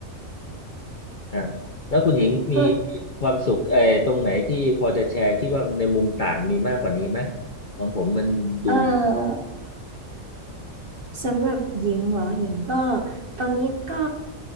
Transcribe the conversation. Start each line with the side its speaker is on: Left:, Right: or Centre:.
Left: อ่าแล้วคุณหญิงมี
Right: ก็
Left: ความสุขเออตรงไหนที่พอจะแชร์คิดว่าในมุมต่างมีมากกว่านี้ไหมของผมมันดู
Right: เออ สำหรับหญิงเหรอหญิงก็ตอนนี้ก็